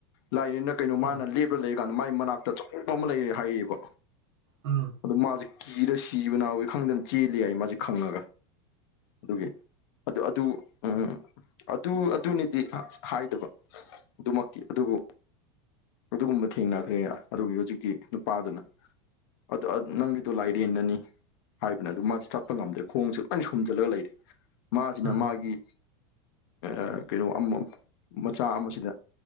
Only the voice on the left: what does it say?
ꯂꯥꯏꯔꯦꯟꯂ ꯀꯩꯅꯣ
ꯃꯥꯅ
ꯂꯦꯞ ꯂꯩ ꯀꯥꯟꯗ ꯃꯥꯏ ꯃꯅꯥꯛꯇ ꯑꯆꯧꯕ ꯑꯃ ꯂꯩꯌꯦ ꯍꯥꯏꯌꯦꯕ
ꯑꯗꯨꯗ ꯃꯥꯁꯦ ꯀꯤꯔ ꯁꯤꯕ ꯅꯥꯕꯒꯤ ꯈꯪꯗꯅ ꯆꯦꯜꯂꯤ ꯍꯥꯏꯑꯦ ꯃꯥꯖꯦ ꯈꯪꯉꯒ ꯑꯗꯨꯒꯤ ꯑꯗꯨ ꯑꯗꯨ ꯎꯝ ꯑꯗꯨ ꯑꯗꯨꯅꯤꯗꯤ ꯑ ꯍꯥꯏꯗꯕ ꯑꯗꯨꯃꯛꯇꯤ ꯑꯗꯨꯕꯨ ꯑꯗꯨꯒꯨꯝꯕ ꯊꯦꯡꯅꯈ꯭ꯔꯦ ꯑꯗꯨꯒꯤ ꯍꯧꯖꯤꯛꯀꯤ ꯅꯨꯄꯥꯗꯨꯅ ꯑꯗꯨ ꯑ ꯅꯪꯒꯤꯗꯣ ꯂꯥꯏꯔꯦꯟꯅꯅꯤ ꯍꯥꯏꯕꯅꯦ ꯑꯗꯨ ꯃꯥꯖꯤ ꯆꯠꯄ ꯉꯝꯗ꯭ꯔꯦ ꯈꯣꯡꯁꯦ ꯂꯣꯏ ꯁꯨꯝꯖꯤꯜꯂꯒ ꯂꯩꯔꯦ ꯃꯥꯖꯤꯅ
ꯃꯥꯒꯤ ꯑ ꯀꯩꯅꯣ ꯑꯃ ꯃꯆꯥ ꯑꯃꯁꯤꯗ